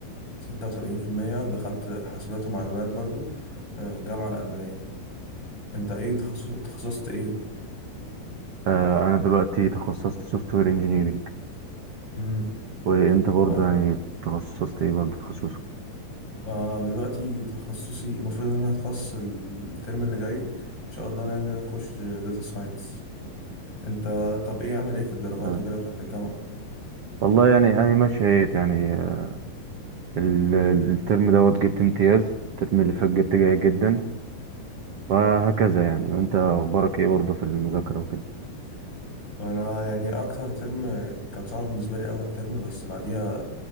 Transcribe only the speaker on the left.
ستة وسبعين في المية ودخلت حاسبات ومعلومات برضو آه، جامعة الألمانية انت ايه تخصص تخصصت ايه
امم
آه
آه دلوقتي تخصصي المفروض ان انا هتخصص ال- الترم اللي جاي ان شاء الله ناوي ان انا اخش داتا ساينس انت طب ايه عامل ايه في الدرجات
وكده بتاعت الجامعة
انا يعني اكتر ترم كان صعب بالنسبه لي اول ترم بس بعديها